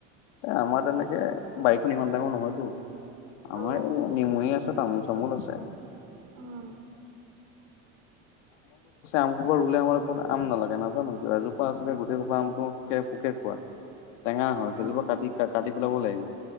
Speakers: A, on the left; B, on the right.
A: এ আমাৰ তেনেকে বাৰীখন ইমান ডাঙৰ নহয়তো আমাৰ
B: অ',
A: এই নেমুহে আছে তামোল চ <inaudible> আছে
B: উম,
A: আম খোপ ৰুলে আমাৰ ঘৰত আম নালাগে নাজানো কিয় এজোপা আছিলে গোটেই খোপা আমটোোক পোকে খোৱা টেঙা
B: উম।
A: হয় সেইজোৰপোৰ কাটি কাটি পেলাব লাগিব